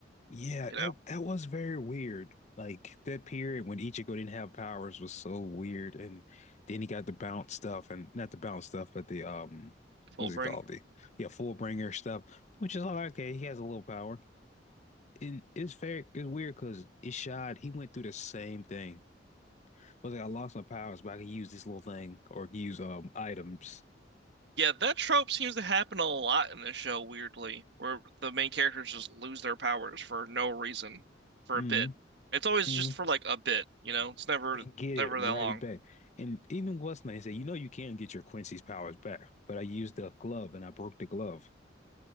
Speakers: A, on the left; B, on the right.
A: yeah,
B: You
A: it
B: know,
A: that was very weird. Like that period when Ichigo didn't have powers was so weird, and then he got the bounce stuff, and not the bounce stuff, but the um,
B: full
A: what's
B: bring.
A: it called? The yeah, Fullbringer stuff, which is all right, okay. He has a little power, and it's very it's weird because Ishad he went through the same thing. was like, I lost my powers, but I could use this little thing or use um items
B: Yeah, that trope seems to happen a lot in this show, weirdly, where the main characters just lose their powers for no reason for
A: hmm
B: a bit. It's always
A: hmm
B: just for like a bit, you know. It's never
A: and get
B: never
A: it right
B: that long.
A: back. And even what's name said, you know, you can get your Quincy's powers back, but I used the glove and I broke the glove.